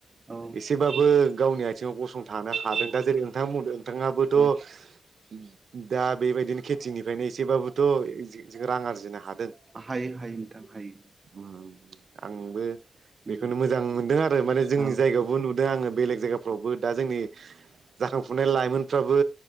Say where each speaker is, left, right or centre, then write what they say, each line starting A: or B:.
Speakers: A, on the right (about 30°); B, on the right (about 65°).
A: औ
B: एसेबाबो गावनि आथिङाव गसंथानो हादों दा जेरै नोंथाङा बुंदों नोंथाङाबोथ
A: औ
B: उम उम। दा बेबायदिनो खेथिनिफ्रायनो एसेबाबोथ जो जों रां आरजिनो हादों
A: हायो हायो नोंथां हायो
B: उम। आंबो। बेखौनो
A: उम
B: मोजां मोनदों आरो माने जोंनि
A: औ
B: जायगायावबो नुदों आङो। बेलेग जायगाफ्रावबो। दा जोंनि जाखां बुनो लाइमोनफ्राबो